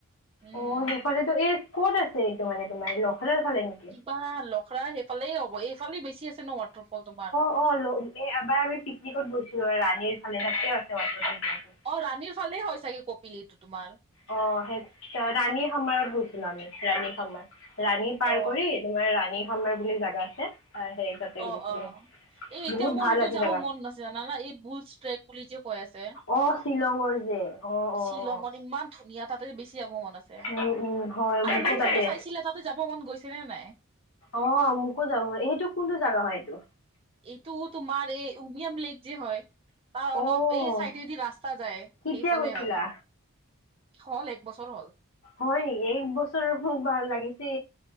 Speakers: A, on the right; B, on the left.
A: উম
B: অঁ সেইফালেটো এহ ক'ত আছে এইটো মানে তোমাৰ লখৰাৰ ফালে নেকি?
A: বা লখৰাৰ সেইফালেই হ'ব, এইফালে বেছি আছে ন ৱাটাৰফলটো তোমাৰ।
B: অঁ, ল এ এবাৰ আমি পিকনিকত গৈছিলো ৰাণীৰ ফালে, সেইয়াতেও আছে ৱাটাৰফল তেনেকে।
A: অ, ৰাণীৰ ফালেই হয় চাগে কপিলীটো তোমাৰ।
B: অ, সেই ৰাণী সমাৰোহত গৈছিলো আমি ৰাণী সমাৰ। ৰাণী পাৰ
A: অ
B: কৰি তোমাৰ ৰাণী সমাৰ বুলি জাগা আছে, তাৰ সেই তাতে গৈছিলো।
A: অ অ, এই
B: বহুত
A: এতিয়া মোৰ
B: ভাল
A: সেইটো
B: আছে
A: যাব
B: জাগা।
A: মন আছে জানানা এই বুলছ ট্ৰেক বুলি যে কৈ আছে।
B: অঁ, শ্বিলঙৰ যে অঁ অঁ
A: শ্বিলঙত
B: অঁ।
A: ইমান ধুনীয়া তাতে বেছি যাব মন আছে,
B: উম, উম, হয়
A: আৰু
B: মোকো
A: মোৰ
B: তাতে
A: ফটো চাইছিলা তাতে যাব মন গৈছে নে নাই?
B: অঁ, মোকো যাব, এইটো কোনটো জাগা হয় এইটো?
A: এইটো তোমাৰ, এই উমিয়াম লেক যে হয়। তাৰ অলপ
B: অ',
A: এই চাইডেদি ৰাস্তা যায়,
B: কেতিয়া
A: সেইফালে
B: গৈছিলা?
A: হয়। হ'ল, এক বছৰ হ'ল।
B: হয় নেকি? এক বছৰ খুব ভাল লাগিছে,